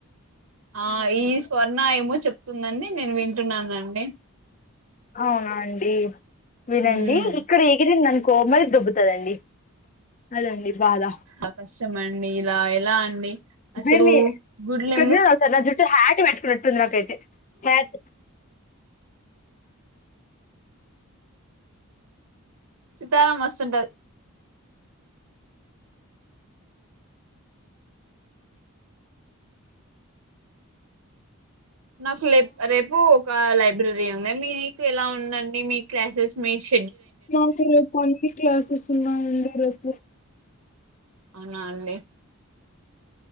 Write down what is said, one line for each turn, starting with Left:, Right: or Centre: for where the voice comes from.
Right: ఆ ఈ స్వర్ణ ఏమో చెప్తుందండి నేను వింటున్నానండి
Left: అవునా అండి వినండి
Right: మ్మ్
Left: ఇక్కడ ఎగిరిందినుకో మళ్ళీ దోబ్బుతదండి అదండి బాధ
Right: ఆ కష్టమండి ఇలా ఎలా అండి అసలు
Left: గనీ
Right: గుడ్లు
Left: ఇక్కడ
Right: ఎందుకు
Left: జూడుకోసారి నా జుట్టు హ్యాట్ పెట్టుకునట్టుంది నాకైతే హ్యాట్
Right: సీతారాం మస్తుంటది నాకు లెప్ రేపు ఒక లై బ్రరీ ఉంది మీకు ఎలా ఉందండి మీ క్లాసెస్ మీష్
Left: నాకు రేపు అన్ని క్లాసెస్ ఉన్నాయండి రేపు
Right: అవునా అండి